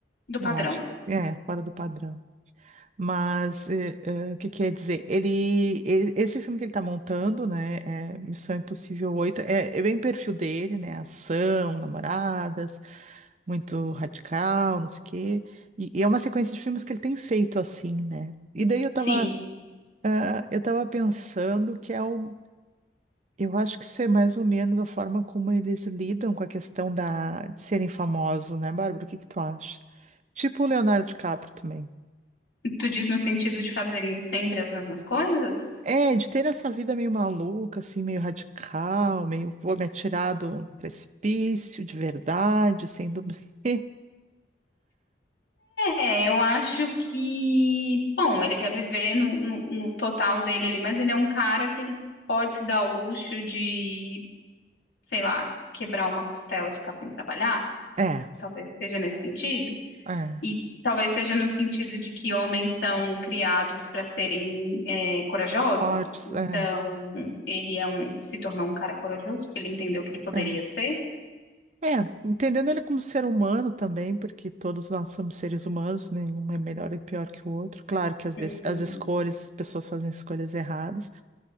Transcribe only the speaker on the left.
do
padrão.
Sim,
tu diz no sentido de fazerem sempre as mesmas coisas?
É, eu acho que, bom, ele quer viver no, no, no total dele ali, mas ele é um cara que ele pode se dar o luxo de, sei lá, quebrar uma costela e ficar sem trabalhar.
Talvez seja nesse sentido.
E talvez seja no sentido de que homens são criados para serem é, corajosos.
Então,
ele é um, se tornou um cara corajoso porque ele entendeu que ele poderia
ser.
Uhum.